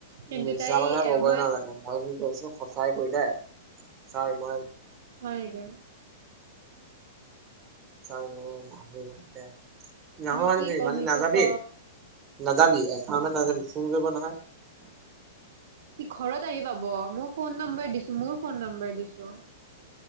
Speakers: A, on the right; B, on the right.
A: কিন্তু
B: মিছা
A: তাই
B: কথা কবই
A: এই মই
B: নালাগে। মই কি কৈছো সঁচাই কৈ দে। চাই মই।
A: হয় গৈ।
B: চাওঁ অলপ ঘোৰ দেহ। নহয়
A: মই কি
B: নেকি
A: ক'ম
B: মানে
A: সেইটো
B: নাযাবি
A: ক
B: নাযাবি এপাক মান নাযাবি ফোন কৰিব নহয়। উম্ হূহ। <unintelligible>
A: তীক্ষ্। ঘৰত আহি পাব। মোক ফোন নম্বৰ দিছে। মোৰ ফোন নম্বৰ দিছো।